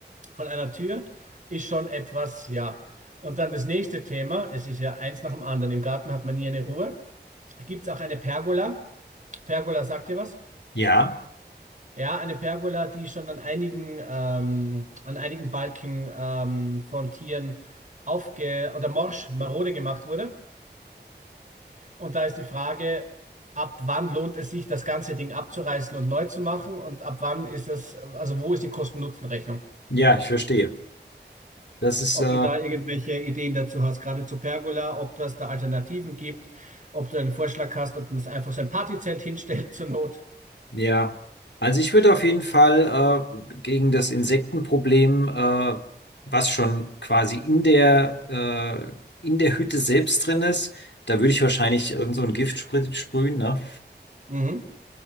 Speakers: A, on the right (about 45°); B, on the left (about 80°).
A: von einer Tür ist schon etwas, ja. Und dann das nächste Thema, es ist ja eins nach dem anderen. Im Garten hat man nie eine Ruhe. Gibt es auch eine Pergola? Pergola, sagt ihr was?
B: Ja.
A: Ja, eine Pergola, die schon an einigen, ähm, an einigen Balken ähm, von Tieren aufge oder morsch, marode gemacht wurde. Und da ist die Frage, ab wann lohnt es sich, das ganze Ding abzureißen und neu zu machen? Und ab wann ist es, also wo ist die Kosten-Nutzen-Rechnung?
B: Ja, ich verstehe. Das ist,
A: ob
B: äh,
A: du da irgendwelche Ideen dazu hast, gerade zu Pergola, ob das da Alternativen gibt, ob du einen Vorschlag hast, ob man es einfach so ein Partyzelt hinstellt zur Not.
B: ja. Also ich würde auf jeden Fall äh, gegen das Insektenproblem, äh, was schon quasi in der, äh, in der Hütte selbst drin ist, da würde ich wahrscheinlich irgend so ein Giftsprit sprühen, ne?
A: Mhm.